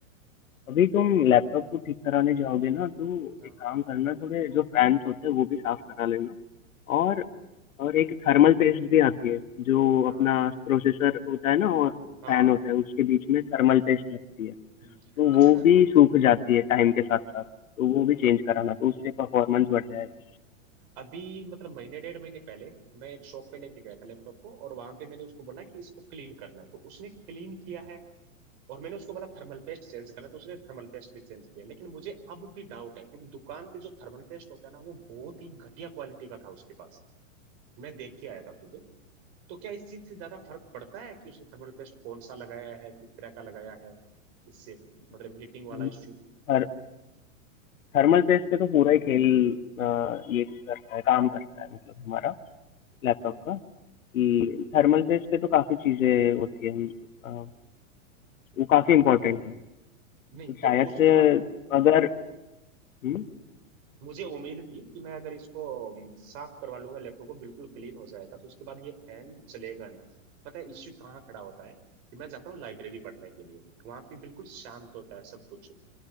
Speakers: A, on the left; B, on the right.
A: अभी तुम लैपटॉप को ठीक कराने जाओगे ना तो
B: हाँ
A: एक काम करना थोड़े जो फैन्स होते हैं वो भी साफ़ करा लेना और और
B: हम्म,
A: एक थर्मल पेस्ट भी आती है जो
B: हाँ
A: अपना प्रोसेसर होता है ना और
B: हाँ
A: फैन होता है उसके बीच में थर्मल पेस्ट लगती है
B: हम्म,
A: तो
B: अच्छा
A: वो भी सूख जाती है टाइम के साथ साथ तो वो भी
B: नहीं
A: चेंज कराना तो उससे परफॉर्मेंस बढ़ जाएगा।
B: अभी मतलब महीने डेढ़ महीने पहले मैं एक शॉप पे लेके गया था लैपटॉप को और वहां पे मैंने उसको बोला कि इसको क्लीन करना है तो उसने क्लीन किया है और मैंने उसको बोला थर्मल पेस्ट चेंज करना है तो उसने थर्मल पेस्ट भी चेंज किया लेकिन मुझे अब भी डाउट है क्योंकि दुकान पे जो थर्मल पेस्ट होता है ना वो बहुत ही घटिया क्वालिटी का था उसके पास मैं देख के आया था खुद तो क्या इस चीज से ज्यादा फर्क पड़ता है कि उसने थर्मल पेस्ट कौन सा लगाया है किस तरह का लगाया है इससे मतलब हीटिंग वाला
A: हम्म,
B: इश्यू
A: थर थर्मल पेस्ट से तो पूरा ही खेल अ, ये करता है काम करता है मतलब हमारा लैपटॉप
B: हम्म
A: का कि थर्मल पेस्ट पे तो काफ़ी चीज़ें होती हैं हम, अ, वो काफ़ी इम्पोर्टेंट है तो
B: नहीं
A: शायद
B: तो उसके
A: से
B: बाद
A: अगर हम्म,
B: मुझे उम्मीद थी कि मैं अगर इसको अम, साफ करवा लूंगा लैपटॉप को बिल्कुल क्लीन हो जाएगा तो उसके बाद ये फैन चलेगा नहीं पता है इश्यू कहाँ खड़ा होता है कि मैं जाता हूँ लाइब्रेरी पढ़ने के लिए वहां पे बिल्कुल शांत होता है सब कुछ